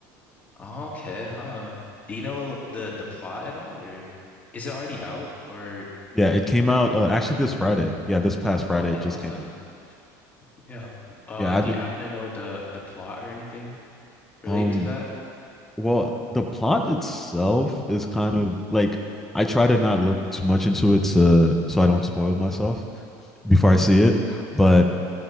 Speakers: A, on the left; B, in the centre.
A: Okay, huh. Do you know the the plot at all, or is it already out? Or
B: Yeah, it came out uh, actually this Friday. Yeah, this past Friday
A: okay,
B: it
A: awesome.
B: just came out.
A: Yeah. Uh,
B: Yeah, I
A: do
B: haven't
A: you happen to know the the plot or anything related
B: um
A: to that?
B: well, the plot itself is kind of like
A: Like,
B: I try to not look too much into it to, so I don't spoil myself before I see it, but
A: but